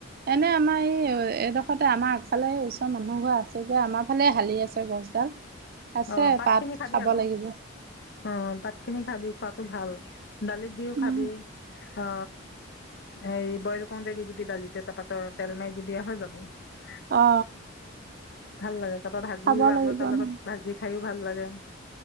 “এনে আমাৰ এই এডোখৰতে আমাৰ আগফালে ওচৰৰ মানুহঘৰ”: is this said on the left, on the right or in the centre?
Right